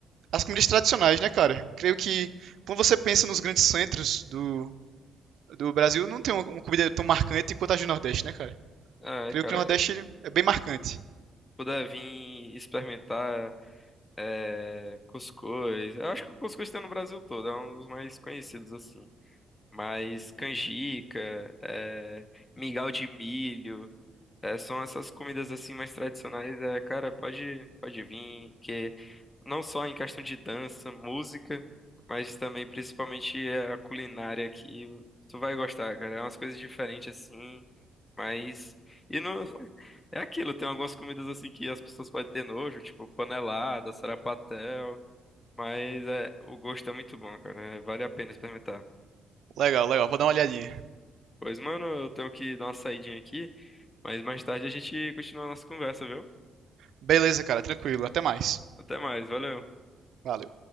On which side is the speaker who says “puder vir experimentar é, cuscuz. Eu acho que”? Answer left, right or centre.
Left